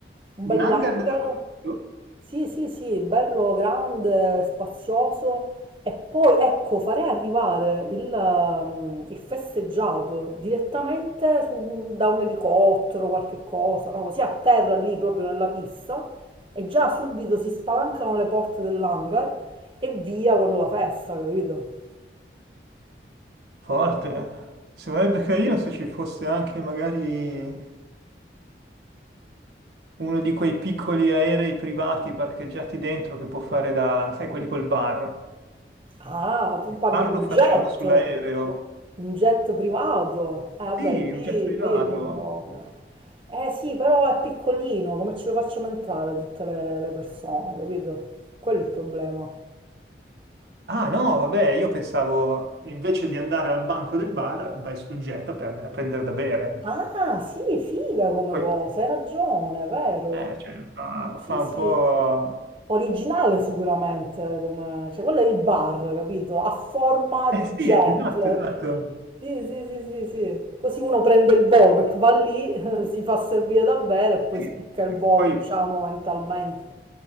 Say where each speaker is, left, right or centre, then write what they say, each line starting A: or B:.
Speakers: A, on the right; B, on the right.
A: Un bel
B: Un hangar
A: hangar,
B: dell'aeroporto?
A: Sì, sì, sì, bello grande, spazioso e poi ecco farei arrivare il, ehm, il festeggiato direttamente su- da un elicottero, qualche cosa, no? Così a terra lì proprio nella pista e già subito si spalancano le porte dell'hangar e via con la festa, capito?
B: Forte. Sarebbe carino se ci fosse anche magari... Uno di quei piccoli aerei privati parcheggiati dentro che può fare da, sai, quelli col bar.
A: Ah, tu
B: Il
A: parli
B: bar
A: di
B: lo
A: un
B: facciamo
A: jet,
B: sull'aereo.
A: un jet privato. Eh vabbè,
B: Sì,
A: lì,
B: un jet privato.
A: lì proprio... Eh sì, però è piccolino, come ce lo facciamo entrare tutte le, le persone, capito? Quello è il problema.
B: Ah no, vabbè, io pensavo invece di andare al banco del bar, vai sul jet a, pre- a prendere da bere.
A: Ah, sì, figa come
B: Poi,
A: cosa, hai ragione, vero?
B: eh, cioè, fa,
A: Sì,
B: fa
A: sì.
B: un po'...
A: Originale sicuramente, come... cioè quello è il bar, capito? A forma
B: Eh
A: di
B: sì,
A: jet.
B: esatto, esatto.
A: Sì, sì, sì, sì, sì. Così uno prende il volo perché va lì, <laughs> si fa servire da bere e poi
B: Sì.
A: spicca il volo,
B: Poi,
A: diciamo, mentalmente.